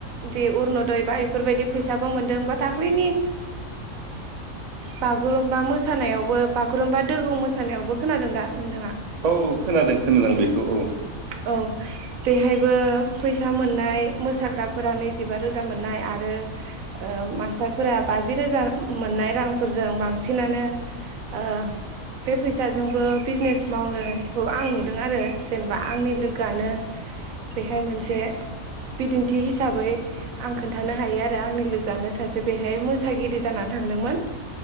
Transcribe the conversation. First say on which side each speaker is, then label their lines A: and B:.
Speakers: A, on the right; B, on the right.
A: दे अरन'दय बा बेफोरबायदि फैसाबो मोनदों बा दाखैनि बागुरुमबा मोसानायावबो बागुरुमबा दोहौ मोसानायावबो खोनादों दा नोंथाङा
B: औ खोनादों खोनादों बेखौ औ।
A: औ बेहायबो फैसा मोननाय मोसाग्राफोरा नैजिबा रोजा मोननाय आरो ओ मास्टारफोरा बाजि रोजा मोननाय रांफोरजों बांसिनानो ओ बे फैसाजोंबो बिजनेस मावनायखौ आं नुदों आरो जेनेबा आंनि लोगोआनो बेहाय मोनसे बिदिन्थि हिसाबै आं खोन्थानो हायो आरो। आरो आंनि लोगोआनो सासे बेहाय मोसागिरि जानानै थांदोंमोन।